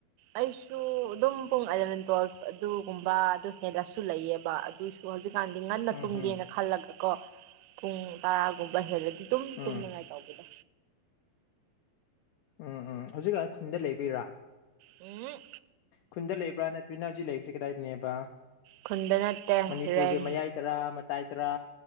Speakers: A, on the right; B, on the left.
A: ꯑꯩꯁꯨ ꯑꯗꯨꯝ ꯄꯨꯡ ꯑꯦꯂꯚꯦꯟ ꯇꯨꯋꯦ꯭ꯜꯐ ꯑꯗꯨꯒꯨꯝꯕ ꯑꯗꯨ ꯍꯦꯜꯂꯁꯨ ꯂꯩꯌꯦꯕ ꯑꯗꯨ <unintelligible> ꯍꯧꯖꯤꯛꯀꯥꯟꯗꯤ ꯉꯟꯅ
B: ꯎꯝ
A: ꯇꯨꯝꯒꯦꯅ
B: ꯍꯝ
A: ꯈꯜꯂꯒꯀꯣ ꯄꯨꯡ ꯇꯔꯥꯒꯨꯝꯕ ꯍꯦꯜꯂꯗꯤ ꯑꯗꯨ ꯑꯗꯨꯝ
B: ꯎꯝ
A: ꯇꯨꯝꯅꯉꯥꯏ ꯇꯧꯕꯗꯣ
B: ꯎꯝ ꯎꯝ ꯍꯧꯖꯤꯛ ꯈꯨꯟꯗ ꯂꯩꯕꯩꯔꯥ
A: ꯎ
B: ꯈꯨꯟꯗ ꯂꯩꯕ꯭ꯔꯥ ꯅ ꯇꯣꯏꯅ ꯍꯧꯖꯤꯛ ꯂꯩꯁꯦ ꯀꯗꯥꯏꯗꯅꯦꯕ
A: ꯈꯨꯟꯗ ꯅꯠꯇꯦ
B: ꯃꯅꯤꯄꯨꯔꯒꯤ
A: ꯔꯦꯟ
B: ꯃꯌꯥꯏꯗꯔꯥ ꯃꯇꯥꯏꯗꯔꯥ